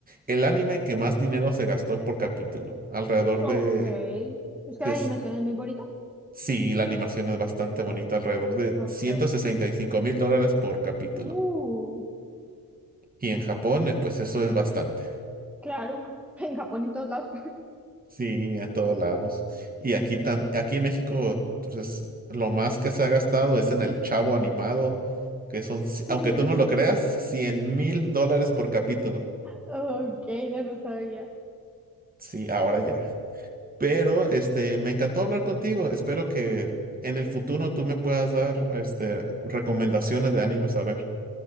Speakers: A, on the right; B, in the centre.
A: el anime que más dinero se gastó por capítulo, alrededor
B: Ok.
A: de...
B: Es que
A: de
B: la
A: s-
B: animación es muy bonita.
A: sí, la animación es bastante bonita, alrededor de
B: Ok.
A: ciento sesenta y cinco mil dólares por capítulo.
B: Uh,
A: Y en Japón, eh, pues eso es bastante.
B: claro. <laughs> En Japón y en todos lados.
A: Sí, a todos lados. Y aquí, tam- aquí en México, pues, lo más que se ha gastado es en el Chavo animado, que son, ci-
B: <laughs>
A: aunque tú no lo creas, cien mil dólares por capítulo.
B: Ok, no lo sabía.
A: Sí, ahora ya. Pero, este, me encantó hablar contigo. Espero que
B: Sí,
A: en el futuro tú me puedas dar, este, recomendaciones de animes a ver.